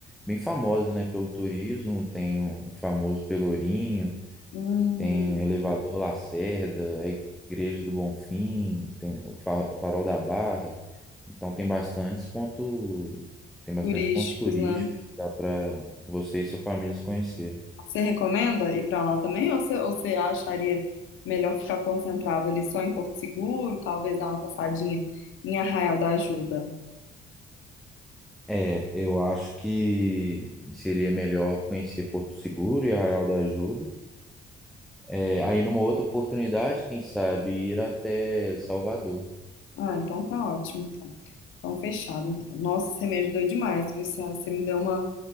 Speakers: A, in the centre; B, on the left.
A: bem famosa, né, pelo turismo. Tem o famoso Pelourinho,
B: Hum,
A: Tem o Elevador Lacerda, a Igreja do Bonfim, tem o Fa- Farol da Barra. Então tem bastantes pontos, tem bastante
B: turísticos,
A: pontos turísticos
B: né?
A: que dá para você e sua família se conhecerem.
B: Você recomenda ir pra lá também ou você, ou você acharia melhor ficar concentrado ali só em Porto Seguro, talvez dar uma passadinha em Arraial da Ajuda?
A: É, eu acho que seria melhor conhecer Porto Seguro e Arraial da Ajuda. É, aí numa outra oportunidade, quem sabe ir até Salvador.
B: Ah, então tá ótimo, então. Então fechado, então. Nossa, você me ajudou demais, viu, Sá? Você me deu uma,